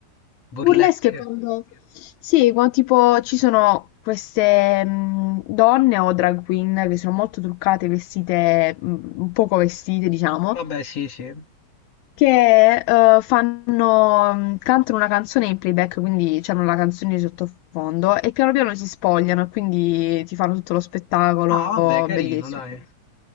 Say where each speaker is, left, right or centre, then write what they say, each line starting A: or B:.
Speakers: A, on the left; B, on the left.
A: Burlesque?
B: Burlesque è quando... Sì, quando tipo ci sono queste mh, donne o drag queen che sono molto truccate, vestite, mh, un poco vestite, diciamo,
A: Vabbè, sì, sì.
B: che eh, fanno, mh, cantano una canzone in playback, quindi c'hanno la canzone di sottofondo e piano piano si spogliano e quindi ti fanno tutto lo spettacolo,
A: Ah, vabbè, carino,
B: bellissimo,
A: dai.